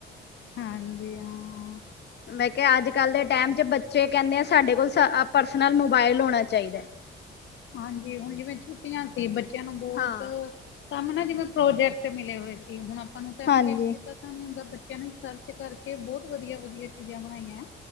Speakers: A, on the left; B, on the left.
A: ਹਾਂਜੀ ਹਾਂ।
B: ਮੈਂ ਕਿਹਾ ਅੱਜ- ਕੱਲ ਦੇ ਟਾਈਮ 'ਚ ਬੱਚੇ ਕਹਿੰਦੇ ਆ ਸਾਡੇ ਕੋਲ ਪਰਸਨਲ ਮੋਬਾਇਲ ਹੋਣਾ ਚਾਹੀਦਾ ਹੈ।
A: ਹਾਂਜੀ, ਹੁਣ ਜਿਵੇਂ ਛੁੱਟੀਆਂ ਸੀ ਬੱਚਿਆਂ ਨੂੰ ਬਹੁਤ।
B: ਹਾਂ
A: ਕੰਮ ਨਾ ਜਿਵੇਂ ਪ੍ਰੋਜੈਕਟ ਮਿਲੇ ਹੋਏ ਸੀ ਹੁਣ ਆਪਾਂ ਨੂੰ ਤਾਂ <unintelligible>
B: ਹਾਂਜੀ
A: ਪਤਾ ਨੀ ਹੁੰਦਾ ਬੱਚਿਆਂ ਨੇ ਸਰਚ ਕਰਕੇ ਬਹੁਤ ਵਧੀਆ- ਵਧੀਆ ਚੀਜ਼ਾਂ ਬਣਾਈਆਂ।